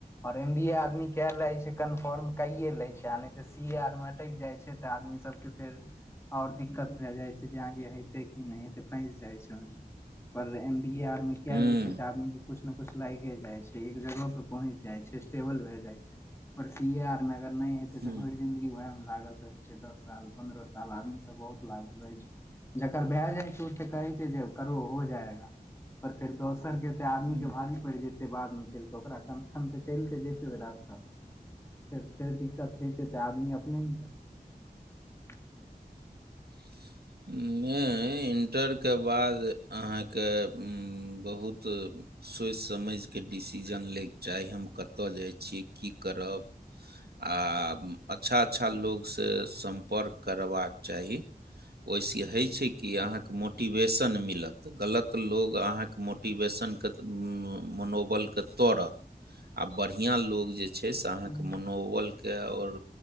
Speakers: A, on the left; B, on the right.
A: और एम बी ए आदमी क ले छै कन्फर्म कये ले छै आ नहि त सी ए आर मे अटेक जाइ छै त आदमी सबके फेर आओ दी त भए जाइ छै आगे हेते कि नहिे फस जाइ छै ओना पर एम बी ए आरमे कए
B: हूँ
A: लै छै तऽ आदमीके कुछ ने कुछ लागे जाइ छै एक जगह पे पहुँच जाइ छै स्टेबल भए जाइ छै पर सी आर मगर नहि हेते
B: हूँ
A: तऽ भरि जिन्ददगी वएह मे लागल रहे छै दस साल पंन्द्रह साल आदमी सब बहुत लागल रहै छै जकर भए जाइ छै ओ तऽ कहै छै जे करो हो जायगा पर फेर दोसर के ते आदमी
B: हूँ
A: के भारी पड़ि जेतै बादमे चल के ओकरा कंथन त चलिते जेते ओ रास्ता त फेर फेर दिक्कत हेते तऽ आदमी अपने ने हतै
B: <unintelligible> नइ इण्टरके बाद अहाँके बहुत सोचि समझिक डिसीजन लैके चाही हम कतऽ जाइ छियै की करब आ अच्छा अच्छा लोसँ सम्पर्क करबाक चाही ओहिसँ होइ छै कि अहाँके मोट मोटिवेशन मिलत गलत ल लोकग अहाँके मोटिवेशन कत मनोबलक तोड़त आ बढ़िया लोग जे छै से
A: हेतै
B: अहाँके मनोबलके आओर